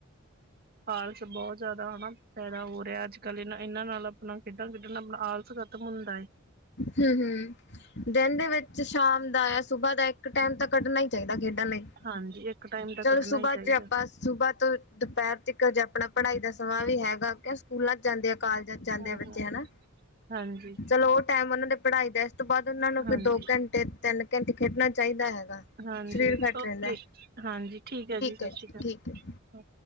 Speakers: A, on the right; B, on the left.
A: ਆਲਸ ਬਹੁਤ ਜਾਦਾ ਹਨਾ? ਪੈਦਾ ਹੋ ਰੇਐ ਅੱਜ-ਕੱਲ੍ਹ, ਏਨਾਂ- ਏਨਾਂ ਨਾਲ ਆਪਣਾ ਖੇਡਾਂ ਖੇਡਣ ਨਾਲ ਆਪ ਆਲਸ ਖਤ ਤਮ ਹੁੰਦੈ ਏ।
B: ਹੂੰ- ਹੂੰ। ਦਿਨ ਦੇ ਵਿੱਚ ਸ਼ਾਮ ਦਾ ਯ ਸੁਬਾਹ ਦਾ ਇੱਕ ਟੈਮ ਤਾਂ ਕੱਢਣਾ ਈ ਚਾਹੀਦੈ ਖੇਡਾਂ ਲਈ।
A: ਹਾਂਜੀ। ਇੱਕ ਟਾਈਮ ਦਾ
B: ਚਲੋ
A: ਕੱਢਣਾ
B: ਸੁਬਾਹ
A: ਈ ਚਾਹੀਦੈ।
B: ਚ ਆਪਾਂ ਸੁਬਾਹ ਤੋਂ ਦੁਪਹਰ ਤੀਕਰ ਜੇ ਆਪਣਾ ਪੜ੍ਹਾਈ ਦਾ ਸਵਾਲ ਹੀ ਹੈਗਾ ਕਿਸ <unintelligible> ਸਕੂਲਾਂ ਚ ਜਾਂਦੇ ਆ, ਕਾਲਜਾਂ ਚ ਜਾਂਦੇ
A: ਹਾਂ
B: ਆ ਬੱਚੇ
A: ਹਾਂ
B: ਹਨਾ?
A: ਹਾਂਜੀ।
B: ਚਲੋ ਉਹ ਟੈਮ ਉਹਨਾਂ ਦੇ ਪੜ੍ਹਾਈ ਦੈ, ਇਸ ਤੋਂ ਬਾਦ ਉਹਨਾਂ ਨੂੰ ਕੋਈ
A: ਹਾਂਜੀ
B: ਦੋ ਘੰਟੇ-ਤਿੰਨ ਘੰਟੇ ਖੇਡਣਾ ਚਾਹੀਦਾ ਹੈਗਾ।
A: ਹਾਂਜੀ
B: ਸਰੀਰ ਫਿੱਟ
A: ਓਕੇ
B: ਰਹਿੰਦਾ
A: ਹਾਂਜੀ ਠੀਕ ਏ ਜੀ, ਸਸ
B: ਹੈ
A: ਰੀ ਕਾਲ।
B: ਠੀਕ ਹੈ।